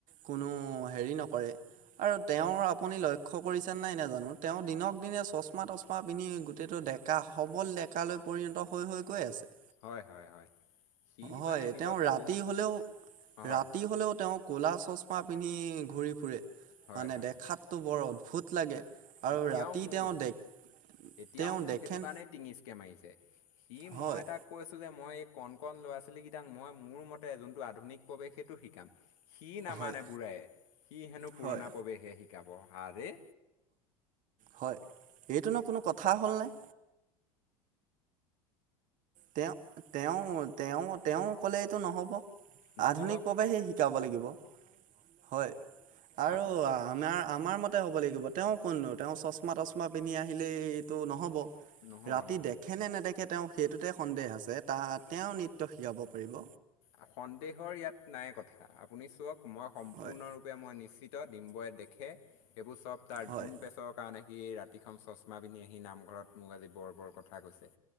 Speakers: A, on the right; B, on the left.
A: কোনো হেৰি নকৰে, আৰু তেওঁ
B: হয়
A: আপুনি লক্ষ্য কৰিছে', দেখিছা নাই নে জানোঁ, তেওঁ দিনক - দিনে চচমা - তচমা পিন্ধি গোটেইটো ডেকা সবল ডেকা লৈ', পৰিণত হৈ', -হৈ', - গৈ', আছে',
B: হয়', - হয়', - হয়', সি
A: হয়
B: মানে নিজকে
A: তেওঁ ৰাতি
B: বহুত
A: হলেও,
B: হয়
A: ৰাতি হলেও তেওঁক', ক'লা চচমা পিন্ধি ঘূৰি ফুৰে,
B: হয়
A: মানে
B: হয়
A: দেখাতটো
B: হয়
A: বৰ অদ্ভুত লাগে', আৰু
B: এতিয়াও
A: ৰাতি
B: মোৰ,
A: তেওঁ দে
B: এতিয়াও
A: তেওঁ
B: মোৰ
A: দেখেন
B: সেইটো কাৰণেই', টিঙিচকে মাৰিছে, সি
A: হয়
B: মই তাক কৈছোঁ যে মই', কণ - কণ ল'ৰা - ছোৱালীকেইটাক মই মোৰ মতে যোনটো আধুনিক প্ৰৱেশ সেইটো শিক', শিকাম, সি নামানে
A: হয়
B: বুঢ়ায়ে, সি হেনো
A: হয়
B: পুৰণা প্ৰৱেশহে শিকাব আৰে',
A: হয়, এইটোনো কোনো কথা হ'ল নে', তেওঁ', - তেওঁ', - তেওঁ', - তেওঁ', ক'লে এইটো নহ'ব',
B: নহ'ব
A: আধুনিক প্ৰৱেশহে শিকাব লাগিব, হয়, আৰু
B: আপো
A: আমাৰ', আমাৰ মতে হ'ব লাগিব, তেওঁ কোননো তেওঁ চচমা - তচমা পিন্ধি আহিলেইটো নহ'ব',
B: নহ'ব
A: ৰাতি
B: নহ'ব
A: দেখে নে নেদেখে তেওঁ সেইটোতে সন্দেহ আছে, তাত তেওঁ নি', ত শিকাব পাৰিব?
B: অ', সন্দেহৰ ইয়াত নাই কথা আপুনি চোৱাক', মই সম্পূৰ্ণৰূপে
A: হয়
B: মই নিশ্চিত ডিম্বই দেখে, সেইবোৰ চব', তাৰ
A: হয়
B: ধোন পেছৰ কাৰণে সি ৰাতিখন চচমা পিন্ধি আহি নামঘৰত মোক আজি বৰ - বৰ কথা কৈছে',